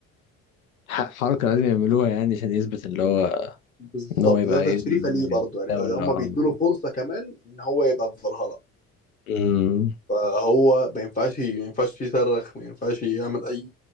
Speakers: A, on the left (about 75°); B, on the left (about 20°).
A: ح- حركة لازم يعملوها يعني عشان يثبت اللي هو
B: بالظبط
A: ان هو يبقى
B: ده
A: ايه
B: تشريفه ليه برضه يعني
A: ولا
B: هم بيدوا له فرصه كمان ان هو يبقى في فالهالا
A: امم
B: فهو ما ينفعش ما ينفعش يصرخ ما ينفعش يعمل اي